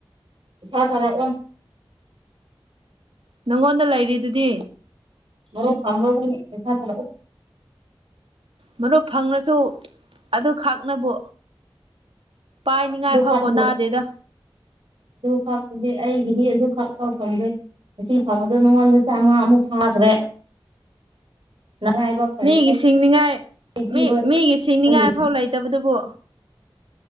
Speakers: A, on the right; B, on the right.
A: ꯏꯁ ꯊꯥꯔꯛꯑꯣ
B: ꯅꯪꯉꯣꯟꯗ ꯂꯩꯔꯤꯗꯨꯗꯤ
A: ꯃ ꯐꯝ ꯄꯩꯁꯥ ꯊꯂ
B: ꯃꯔꯨꯞ ꯐꯪꯂꯉꯁꯨ ꯑꯗꯨꯈꯛꯅꯕꯨ ꯄꯥꯏꯅꯤꯉꯥꯏ
A: ꯑꯗꯨ
B: ꯐꯥꯎꯀꯣ
A: ꯈꯛꯇꯗꯣ
B: ꯅꯥꯗꯦꯗ
A: ꯑꯗꯨ ꯈꯥꯛꯄꯗꯤ ꯑꯩꯒꯤꯗꯤ ꯑꯗꯨ ꯈꯥꯛ ꯈꯥꯎ ꯐꯪꯗꯦ ꯉꯁꯤ ꯐꯪꯕꯗꯣ ꯅꯉꯣꯟꯗ ꯆꯥꯝꯃꯉꯥ ꯑꯃꯨꯛ ꯊꯥꯈ꯭ꯔꯦ ꯅꯔꯥꯏꯕꯛ ꯐꯩ
B: ꯃꯤꯒꯤ ꯁꯤꯡꯅꯤꯉꯥꯏ
A: ꯑꯩ ꯄꯤꯔꯣꯏ
B: ꯃꯤ ꯃꯤꯒꯤ ꯁꯤꯡꯅꯤꯉꯥꯏꯐꯥꯎ
A: ꯈꯪꯗꯦ
B: ꯂꯩꯇꯕꯗꯨꯕꯨ